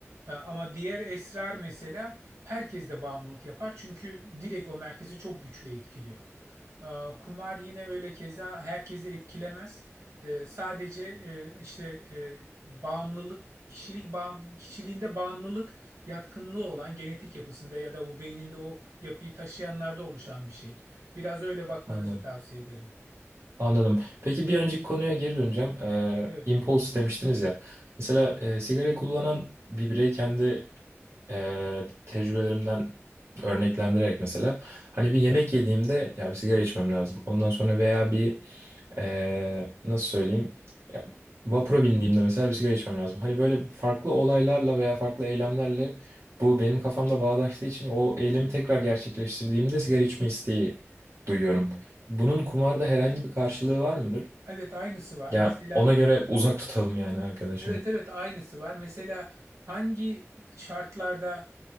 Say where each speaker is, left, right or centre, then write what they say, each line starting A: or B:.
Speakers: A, on the right; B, on the right.
A: E, Ama diğer esrar mesela herkes de bağımlılık yapar çünkü direkt o merkezi çok güçlü etkiliyor. E, Kumar yine öyle keza herkesi etkilemez. E, Sadece e, işte e, bağımlılık kişilik bağım, kişiliğinde bağımlılık yatkınlığı olan genetik yapısında ya da bu beyninde o yapıyı taşıyanlarda oluşan bir şey. Biraz öyle bakmanızı
B: anladım.
A: tavsiye ederim.
B: Anladım. Peki bir önceki konuya geri döneceğim. Ee,
A: Evet.
B: impulse demiştiniz ya. Mesela e, sigara kullanan bir birey kendi e, tecrübelerimden örneklendirerek mesela hani bir yemek yediğimde ya bir sigara içmem lazım. Ondan sonra veya bir e, nasıl söyleyeyim ya, vapura bindiğimde mesela bir sigara içmem lazım. Hani böyle farklı olaylarla veya farklı eylemlerle bu benim kafamda bağdaştığı için o eylemi tekrar gerçekleştirdiğimde sigara içme isteği duyuyorum. Bunun kumarda herhangi bir karşılığı var mıdır?
A: Evet aynısı var.
B: Yani
A: Mesela
B: ona göre uzak tutalım yani arkadaşımı.
A: Evet evet aynısı var. Mesela hangi şartlarda